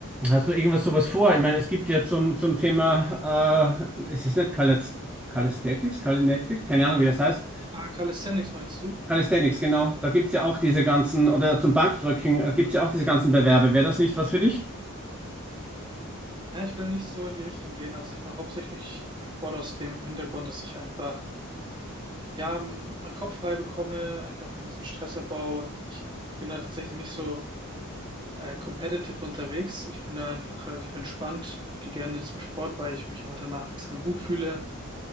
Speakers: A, in the centre; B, on the right.
A: Hast du irgendwas sowas vor? Ich meine, es gibt ja zum, zum Thema, äh, es ist nicht Calisth Calisthetics, Kalinetics, keine Ahnung, wie das heißt.
B: Ah, Calisthenics meinst du?
A: Calisthenics, genau. Da gibt es ja auch diese ganzen, oder zum Bankdrücken gibt es ja auch diese ganzen Bewerbe. Wäre das nicht was für dich?
B: Na, ich will nicht so in die Richtung gehen. Also ich mache hauptsächlich Sport aus dem Hintergrund, dass ich einfach ja, meinen Kopf frei bekomme, einfach ein bisschen Stressabbau. Ich bin da tatsächlich nicht so äh, competitive unterwegs. Ich bin da einfach relativ entspannt, gehe gerne zum Sport, weil ich mich einfach danach extrem gut fühle.